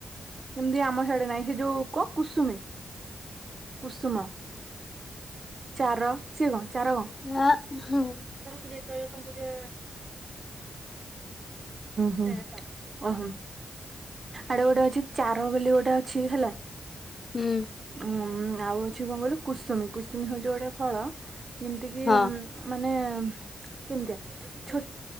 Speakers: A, on the right; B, on the left.
A: ଯେମିତି ଆମ ହିଆଡେ ନାଇଁ ହେ ଯୋଉ କ କୁସୁମୀ। କୁସୁମ, ଚାର। ସିଏ କଣ ଚାର କଣ? ହୁଁ
B: ଆ ହୁଁ।
A: ହୁଁ ହୁଁ ହୁଁ ଓହମ୍ ଆଡେ ଗୋଟେ ଅଛି ଚାର ବୋଲି ଗୋଟେ ଅଛି ହେଲା।
B: ହୁଁ।
A: ଉଁ ଆଉ ଅଛି କଣ କହିଲୁ କୁସୁମୀ କୁସୁମୀ ହଉଛି ଗୋଟେ ଫଳ ଯେମିତି କିି
B: ହଁ
A: ଉଂ ମାନେ କେମିତିଆ ଛ